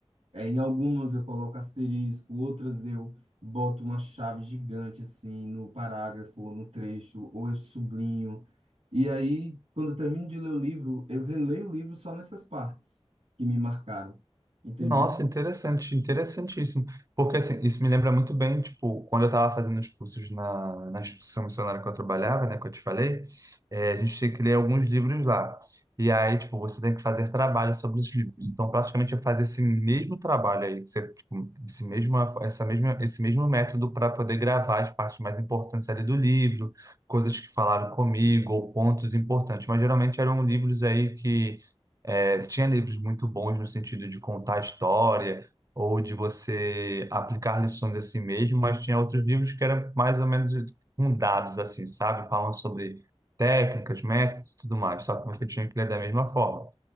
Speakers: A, on the right; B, on the right.
A: É, em algumas eu coloco asterisco, outras eu boto uma chave gigante assim no parágrafo, ou no trecho, ou eu sublinho. E aí, quando eu termino de ler o livro, eu releio o livro só nessas partes que me marcaram, entendeu?
B: Nossa, interessante, interessantíssimo. Porque assim, isso me lembra muito bem, tipo, quando eu estava fazendo os cursos na, na instituição missionária que eu trabalhava, né, que eu te falei, eh, a gente tinha que ler alguns livros lá. E aí, tipo, você tem que fazer trabalho sobre os livros. Então, praticamente eu fazia esse mesmo trabalho aí, que você, tipo, esse mesmo, essa mesma, esse mesmo método para poder gravar as partes mais importantes ali do livro, coisas que falaram comigo ou pontos importantes. Mas geralmente eram livros aí que É, tinha livros muito bons no sentido de contar a história ou de você aplicar lições a si mesmo, mas tinha outros livros que eram mais ou menos com dados, assim, sabe? Falando sobre técnicas, métodos e tudo mais, só que você tinha que ler da mesma forma.